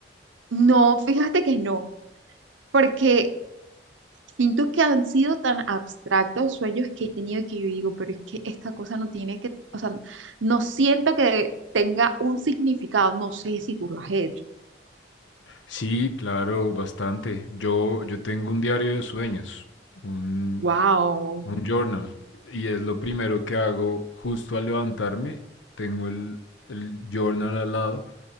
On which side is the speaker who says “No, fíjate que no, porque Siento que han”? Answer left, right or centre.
Right